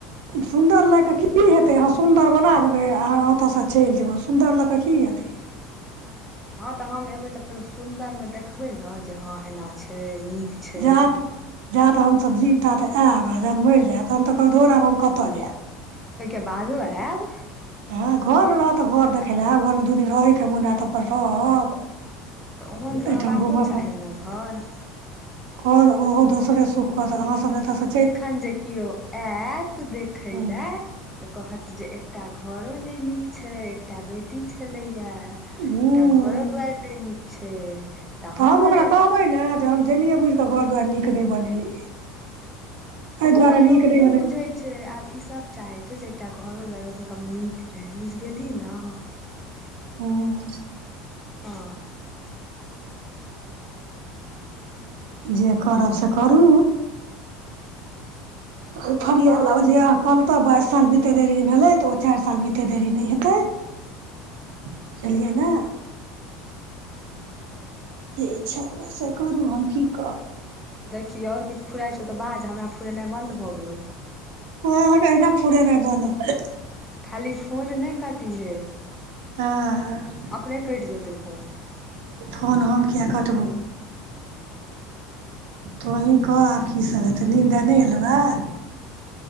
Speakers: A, on the right; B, in the centre.
A: सुन्दर लए कऽ की हेतै, अहाँ सुन्दर बना देबै आ ओतऽ से चइल जेबै, सुन्दर लऽ कऽ की हेतै?
B: हां तऽ हम एबै तऽ फेरो सुन्दर में देखबै न जे हां एना छै नीक। छै
A: जात जात हम सब जीब तात एब जहन मइर जैब तहन तऽ कहब धौड़ आब हम कतऽ जैब।
B: ओय के बादो ऐब।
A: हां घर रहत तऽ घर देखय लए ऐब, घर में दू दिन रहयके मोन हैत तऽ अपन रहब।
B: हां तऽ ओहन रहबाको
A: एहिठाम घूमब
B: चाही न घर।
A: और ओहो दोसरे सुख करत अहाँ सब एतऽ से
B: एखन जे कियो ऐत देखय
A: हूँ
B: लए तऽ कहत जे एकटा घरो नै नीक छय, एकटा बेटी छलैये एकटा
A: हूँ
B: घरो दुवैर नै नीक छै। तऽ हमर
A: त हम ओकरा कहबै ने जे हम जेनिए बुइझ कऽ घर दुवाइर नीक नै बनेलियै। अइ दुवारे
B: ओ लोक
A: नीक नै
B: नहि
A: बने
B: बुझै छै, आब ई सब चाहै छै जे एकटा घरो दुआइरो स कम नीक रहै बुइझ गेलही न।
A: हूँ।
B: हं।
A: जे करब से करू। दोफड़िया
B: पाँच
A: बला मे जे हां कहलौ त बाइस साल बीते देरी नै भेलै तऽ ओ चारि साल बीते देरी नै हेतै बुझलियै ने। जे इच्छा हुए से करू हम की कहब।
B: देखही आओर किछ फुराइ छौ तऽ बाज हमरा फुरेनाइ बन्द भऽ गेलौ।
A: हँ अहाँके अहिना फुरेनाइ बन्द भऽ
B: खाली फोन नै कटिहै
A: हँ
B: अपने कटि जेतै फोन।
A: फोन हम किया कटबौ। तोंही कह आब की सब हेतै नीन्द आय नै एलौए?